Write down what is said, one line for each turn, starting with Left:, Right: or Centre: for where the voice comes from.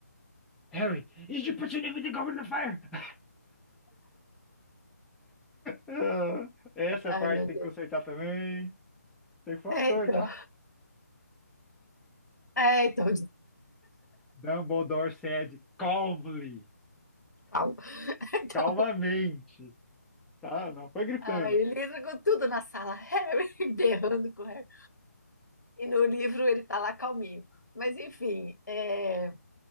Centre: Harry, is you put your name with the goblin in the goblet of fire? <laughs> Ah, Essa
Left: Ai,
Centre: parte
Left: meu
Centre: tem
Left: Deus.
Centre: que consertar também. Tem que foi
Left: É,
Centre: o ator,
Left: então,
Centre: tá?
Left: é, então,
Centre: Dumbledore said calmly,
Left: calma. <laughs> Então,
Centre: calmamente, tá? Não foi gritando.
Left: aí ele entra com tudo na sala, Harry <laughs> berrando com o Harry. E no livro ele tá lá calminho. Mas enfim, é,